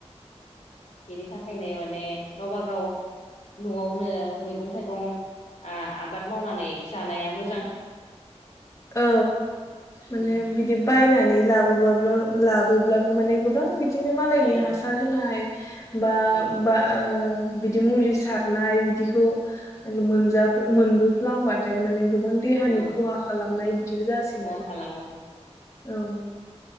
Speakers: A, on the left; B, on the left.
A: बिनि थाखायनो माने गावबा गाव न'आवनो मैगं थाइगं आ आबाद मावनानै जानाया मो
B: औ माने
A: उम
B: बिदि बायना नै लाबोबाब्लो लाबोब्लाबो माने गोबां बि दिनो मालायनि
A: ओ
B: हासार होनाय बा
A: औ
B: बा ओ बिदि मुलि सारनाय बिदिखौ मोनजा मोनबोफ्लांबाथाय माने गोबां देहानि
A: औ
B: खहा खालामनाय बिदिबो जासै
A: खहा
B: ना दाना।
A: खालामो
B: औ